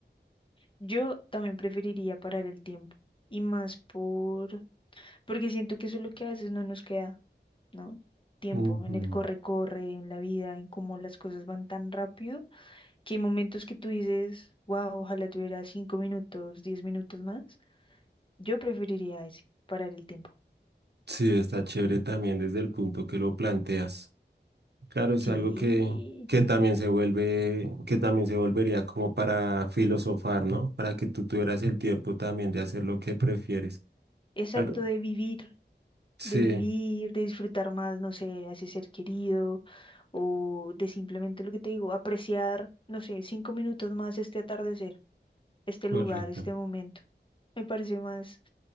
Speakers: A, on the left (about 30°); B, on the right (about 65°).
A: Yo también preferiría parar el tiempo. Y más por... Porque siento que eso es lo que a veces no nos queda. ¿no? Tiempo,
B: Ujú.
A: en el corre-corre, en la vida, en cómo las cosas van tan rápido, que hay momentos que tú dices, wow, ojalá tuviera cinco minutos, diez minutos más. Yo preferiría ese, parar el tiempo.
B: Sí, está chévere también desde el punto que lo planteas. Claro, es
A: Sí,
B: algo que, que también se vuelve, que también se volvería como para filosofar, ¿no? Para que tú tuvieras el tiempo también de hacer lo que prefieres.
A: exacto,
B: Algo-
A: de vivir,
B: Sí,
A: de vivir, de disfrutar más, no sé, a ese ser querido, o de simplemente lo que te digo, apreciar, no sé, cinco minutos más este atardecer, este
B: correcto.
A: lugar, este momento. Me parece más,